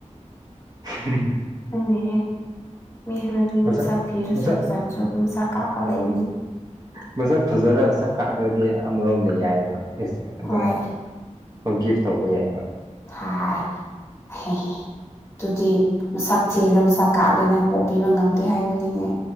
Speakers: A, on the right; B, on the left.
A: ꯍꯨꯝ
B: ꯅꯪꯗꯤ ꯍꯦ ꯃꯤ ꯈ꯭ꯔ ꯑꯗꯨ
A: ꯃꯁꯛ
B: ꯁꯥꯛ ꯊꯤꯔꯁꯨ
A: ꯃꯁꯛ
B: ꯐꯖꯔꯁꯨ ꯑꯗꯨꯝ ꯁꯛ ꯀꯥꯞꯄ ꯂꯩꯕꯅꯤ
A: ꯃꯁꯛ ꯐꯖꯔ ꯁꯛ ꯀꯥꯛꯂꯗꯤ ꯑꯃꯔꯣꯝꯗ ꯌꯥꯏꯑꯕ ꯑꯦꯁ ꯑꯗꯨꯝ
B: ꯍꯣꯏ
A: ꯐꯣꯔ ꯒꯤꯞ ꯇꯧꯕ ꯌꯥꯏꯑꯕ
B: ꯍꯥꯏ ꯍꯦꯍꯤ ꯑꯗꯨꯗꯤ ꯃꯁꯛ ꯊꯤꯔ ꯃꯁꯛ ꯀꯥꯞꯂꯤ ꯅꯪ ꯀꯣꯛꯄꯤꯕ ꯉꯝꯗꯦ ꯍꯥꯏꯕꯅꯤꯅꯦ